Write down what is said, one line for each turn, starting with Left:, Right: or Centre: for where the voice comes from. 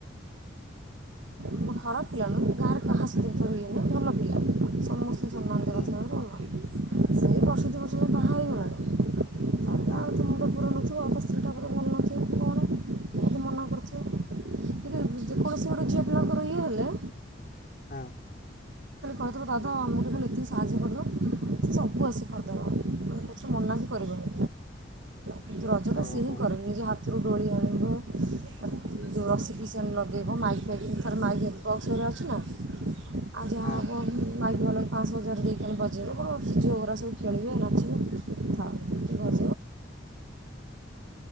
Right: ଉଁ ଖରାପ ପିଲା ନୁହେଁ କି ଗାଁ ରେ କାହାର କାହା ସହିତ <unintelligible> ଇଏ ନୁହେଁ ଭଲ ପିଲା। ସମସ୍ତେ ସମ୍ମାନ ଦେବା
Left: ହୁଁ।
Right: କଥାରେ ଭଲ ସେଇ ବର୍ଷେ ଦୁଇ ବର୍ଷ ହେଲା ବାହା ହେଇଗଲାଣି ତାପରେ
Left: ହଁ।
Right: ଆଉ ଏତେ ମୁଣ୍ଡ ପୁରଉନଥିବ ଆଉ ତା ସ୍ତ୍ରୀଟା ବୋଧେ ଭଲ ନଥିବ କି କ'ଣ ଏମିତି ମନା କରୁଥିବ କିନ୍ତୁ ଯେକୌଣସି ଗୋଟେ ଝିଅ ପିଲାଙ୍କର ଇଏ ହେଲେ
Left: ହଁ।
Right: କହିଦବ ଦାଦା ଆମକୁ ଟିକେ ଖାଲି ଏତିକି ସାହାଯ୍ୟ କରିଦବ। ସେ ସବୁ ଆସି କରିଦବ। ଉଁ କିଛ ମନା ହିଁ କରିବନି କିନ୍ତୁ ରଜଟା
Left: ଓହୋ
Right: ସିଏ ହିଁ କରେ। ନିଜ ହାତ ଦୋଳି ଆଣିବ। ଉଁ ଜୋ ରଶି ଫସି ଆଣି ଲଗେଇବ। ମାଇକ ଫାଇକ ବି ଥରେ ମାଇକ ଆଣି ବକ୍ସ ହେରିକା ଅଛି ନା? ଆଉ ଯାହା
Left: ହଁ
Right: ହବ ମାଇକ୍ ବାଲା କୁ ପାଁଶ ହଜାର ଦେଇକି ଆଣି ବଜେଇବ। କହିବ ସେ ଝିଅ ଗୁରା ସବୁ ଖେଳିବେ ନାଚିବେ ଥାଉ। ସେ ବ